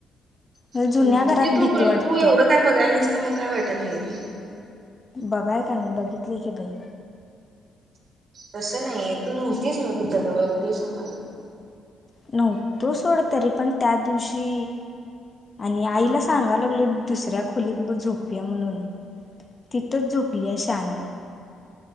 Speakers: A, on the left; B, on the right.
A: मला
B: हू
A: जुन्या घरात
B: ते तू
A: भीती
B: तू
A: वाटत्या
B: एवढं काय बघायला निस्त मग काय वाटत नाहीये ते
A: बघाय का नाही बघितलीय की बई.
B: तसं नाही तू नव्हतीच ना तिच्याजवळ ते सांगाल.
A: नव्हतो सोडं तरी पण त्या दिवशी. आणि आईला सांगा लागलो दुसऱ्या खोलीत बघ झोपया म्हणून. तिथंच झोपलीया शानी.